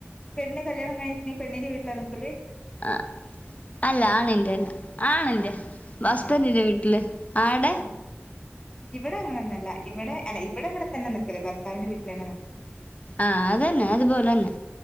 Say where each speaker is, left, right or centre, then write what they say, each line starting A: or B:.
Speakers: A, on the left (about 20°); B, on the left (about 35°).
A: പെണ്ണ് കല്യാണം എ കണച്ചട്ടങ്കിൽ പെണ്ണിന്റെ വീട്ടിൽ നിന്നത്തല്ലേ
B: ആ അല്ല ആണിന്റെന്നെ ആണിന്റെ
A: ഉം
B: ഹസ്ബെന്റിന്റെ
A: ആഹ്
B: വീട്ടില് ആട
A: ആഹ് ഇവിടെ അങ്ങനെന്നല്ല ഇവിടെ അഹ് ഇവിടെ ഇവിടെ തന്നെ നിക്കത് ഭർത്താവിന്റെ വീട്ടിൽ തന്നെ നിക്ക
B: ആഹ് അതന്നെ അതുപോലെ തന്നെ